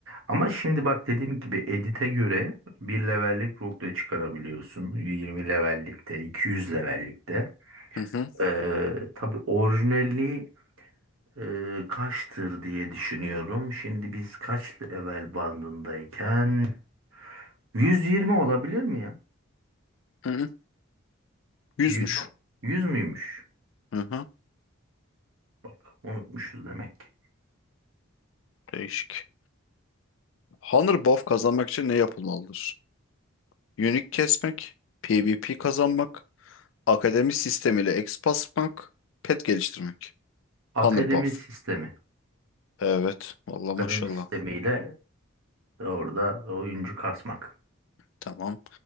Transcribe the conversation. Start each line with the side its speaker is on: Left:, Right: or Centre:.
Right: Ama şimdi bak dediğim gibi edit'e göre bir levellik rock da çıkarabiliyorsun. 20 levellikte, 200 levellikte.
Left: Hı hı.
Right: Ee, tabii orijinali Ee, kaçtır diye düşünüyorum. Şimdi biz kaç level bandındayken 120 olabilir mi ya?
Left: Hı hı. Yüzmüş.
Right: 100, 100 müymüş?
Left: Hı hı.
Right: Bak unutmuşuz demek ki.
Left: Değişik. Hunter buff kazanmak için ne yapılmalıdır? Unique kesmek, PvP kazanmak, akademi sistemiyle exp basmak, pet geliştirmek.
Right: Akademi
Left: Hunter buff.
Right: sistemi.
Left: Evet. Vallahi
Right: Akademi
Left: maşallah.
Right: sistemiyle orada oyuncu kasmak.
Left: Tamam.